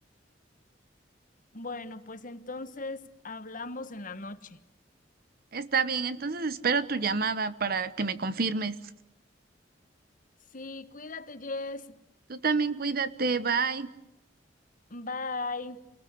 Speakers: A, on the left; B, on the right.
A: Bueno, pues entonces hablamos en la noche.
B: Está bien, entonces espero tu llamada para que me confirmes.
A: Sí, cuídate, Jess.
B: Tú también cuídate, bye.
A: Bye.